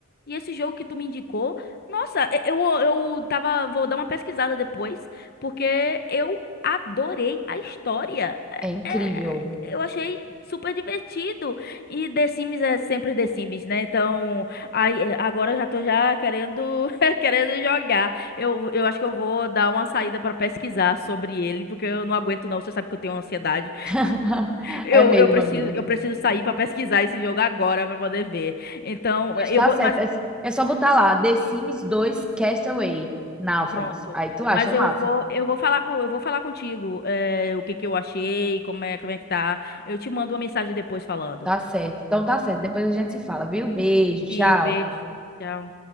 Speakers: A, on the left; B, in the centre.
A: E esse jogo que tu me indicou, nossa, e- eu, eu tava, vou dar uma pesquisada depois, porque eu adorei a história. É-
B: É incrível.
A: é- eu achei super divertido. E The Sims é sempre The Sims, né? Então, aí, é, agora eu já tô já querendo, <laughs> querendo jogar. Eu, eu acho que eu vou dar uma saída pra pesquisar sobre ele, porque eu não aguento não, você sabe que eu tenho ansiedade.
B: <laughs>
A: Eu,
B: É mesmo,
A: eu preciso,
B: amiga.
A: eu preciso sair pra pesquisar esse jogo agora pra poder ver. Então,
B: Pois
A: eu
B: tá
A: vou,
B: certo.
A: mas
B: É, é só botar lá, The Sims dois Castaway, Náufragos.
A: Pronto.
B: Aí tu
A: Mas
B: acha, é
A: eu
B: massa.
A: vou, eu vou falar com, eu vou falar contigo, eh, o que que eu achei, como é, como é que tá. Eu te mando uma mensagem depois falando.
B: Tá certo. Então tá certo. Depois a gente se fala, viu? Beijo, tchau.
A: E o beijo. Tchau.